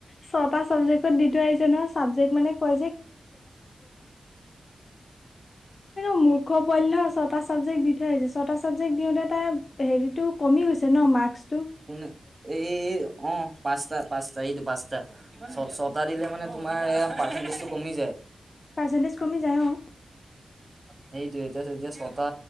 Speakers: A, on the left; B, on the right.
A: ছটা চাবজেক্টত দি থ আহিছে ন চাবজেক্ট মানে ক <unintelligible> কেনেকোৱা মূৰ্খ পোৱালি নহয়, ছটা ছাবজেক্ট দি থৈ আহিছে, ছটা ছাবজেক্ট দিওঁতে তাই। হেৰিতটো কমি গৈ হৈছে ন, মাক্কস।
B: কোনে এই অ, পাঁচটা পাঁচটা এইটো পাঁচটা। টা, দিলে মানে তোমাৰ পাৰ্চেন্টেজটো কমি যায়।
A: পাৰ্চেন্টেজ কমি যায় অ,
B: সেইটো এতিয়া, এতিয়া ছটা,